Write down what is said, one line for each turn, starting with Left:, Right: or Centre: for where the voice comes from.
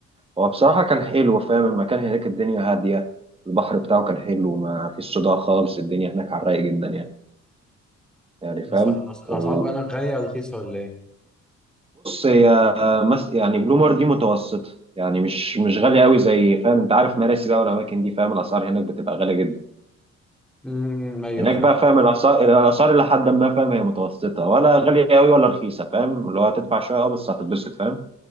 Right: هو بصراحة كان حلو فاهم المكان هناك الدنيا هادية البحر بتاعه كان حلو ما فيش صداع خالص الدنيا هناك على الرايق جدا يعني يعني فاهم
Centre: الأس- الأس- الاسعار
Right: وبص
Centre: بقى هناك غاليه ولا رخيصه ولا ايه
Right: هي مس... يعني بلومار دي متوسطة يعني مش مش غالية قوي زي فاهم انت عارف مراسي بقى والاماكن دي فاهم الاسعار هناك بتبقى غالية جدا
Centre: امم ايوه
Right: هناك
Centre: فعلا
Right: بقى فاهم الاسعار الاسعار الى حد ما فاهم هي متوسطه ولا غاليه قوي ولا رخيصه فاهم اللي هو هتدفع شويه اه بس هتتبسط فاهم